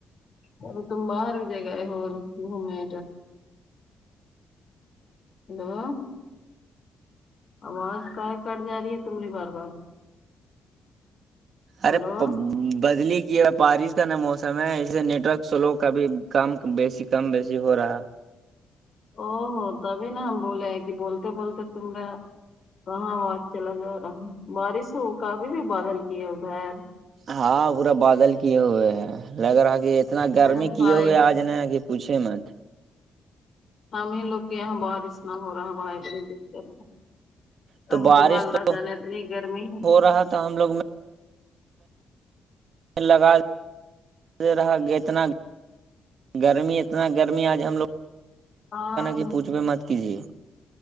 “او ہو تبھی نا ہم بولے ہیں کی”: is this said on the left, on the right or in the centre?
Left